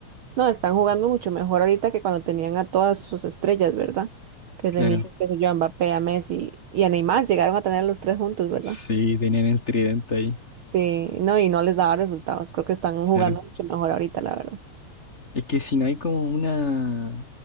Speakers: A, on the right (about 70°); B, on the left (about 25°).
A: No, están jugando mucho mejor ahorita que cuando tenían a todas sus estrellas, ¿verdad? Que
B: Claro.
A: tenían, qué sé yo, a Mbappé, a Messi y a Neymar, llegaron a tener a los tres juntos, ¿verdad?
B: Sí, tenían el tridente ahí.
A: Sí, no, y no les daba resultados. Creo que están jugando
B: Claro.
A: mucho mejor ahorita, la verdad.
B: Es que si no hay como una